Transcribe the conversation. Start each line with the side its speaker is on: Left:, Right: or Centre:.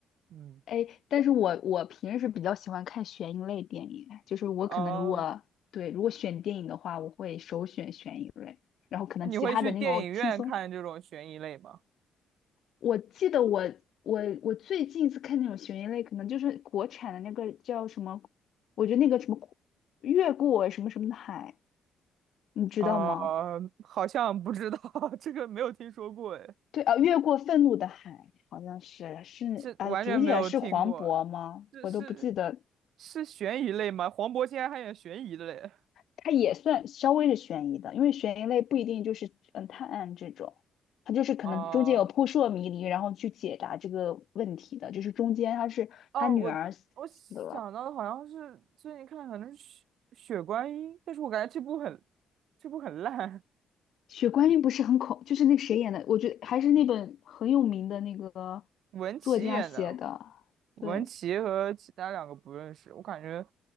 Right: 嗯，
Left: 哎，但是我我平时比较喜欢看悬疑类电影，就是我可能如果对如果选电影的话，
Right: 哦，
Left: 我会首选悬疑类，然后可能其他的那种轻松。
Right: 那你会去电影院看这种悬疑类吗？
Left: 我记得我我我最近一次看那种悬疑类，可能就是国产的那个叫什么，我觉得那个什么越过什么什么的海，你知道吗？
Right: 啊，好像不知道，<laughs> 这个没有听说过，哎，
Left: 对啊，越过愤怒的海好像是是哎，
Right: 是完全没有听过，
Left: 主演是黄渤吗？
Right: 这是
Left: 我都不记得
Right: 是悬疑类吗？黄渤竟然还演悬疑的嘞！
Left: 它也算稍微是悬疑的，因为悬疑类不一定就是嗯探案这种，它就是可能中间有扑朔迷离，
Right: 哦、
Left: 然后去解答这个问题的。就是中间他是他女儿死了，
Right: 哦，我我想到的好像是最近看的，可能是雪《血观音》，但是我感觉这部很这部很烂，
Left: 血观音不是很恐，就是那个谁演的，我觉得还是那本很有名的那个
Right: 文淇演的，
Left: 作家写的，
Right: 文淇和其他两个不认识，
Left: 对，
Right: 我感觉，